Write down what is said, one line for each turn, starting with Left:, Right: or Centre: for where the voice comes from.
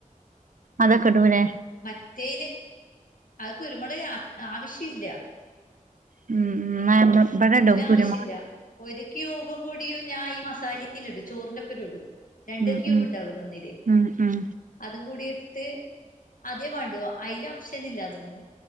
Right: അതൊക്കെ ഇടൂല്ലേ
Left: മറ്റേന് അത് കുരുമുളക് ആവശ്യില്ലാ
Right: ഉം ഉം നമ്മ ഇബടെടും
Left: ഇതിലാവശ്യില്ല
Right: കുരുമുളക്
Left: ഒരുക്കൂബും കൂടി യും ഞാ ഈ മസാലയിലിടും ചോറിന്റൊപ്പര ഇടും രണ്ട്
Right: ഉം
Left: ക്യൂബ്
Right: ഉം
Left: ഇണ്ടാവൂല്ലോ ഒന്നില്
Right: ഉം ഉം ഉം
Left: അതും കൂടി എടുത്ത് ആദ്യേ വേണ്ടുവ അയിൽ ഒപ്ഷനില്ലാതൊന്നും